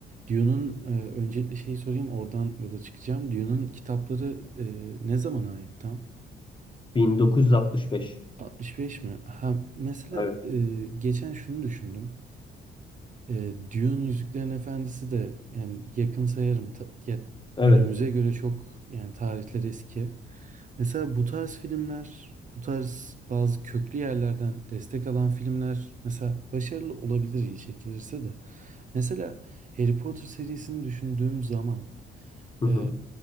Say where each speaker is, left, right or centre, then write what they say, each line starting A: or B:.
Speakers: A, on the right (about 40°); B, on the left (about 25°).
A: Dune'un e, öncelikle şeyi sorayım oradan yola çıkacağım. Dune'un kitapları e, ne zamana ait tam?
B: 1965.
A: 65 mi? Ha, mesela
B: Evet.
A: e, geçen şunu düşündüm. E, Dune Yüzüklerin Efendisi de yani yakın sayarım. Ta- ya,
B: Evet.
A: günümüze göre çok yani tarihler eski. Mesela bu tarz filmler, bu tarz bazı köklü yerlerden destek alan filmler mesela başarılı olabilir iyi çekilirse de. Mesela Harry Potter serisini düşündüğüm zaman
B: Hı
A: e,
B: hı.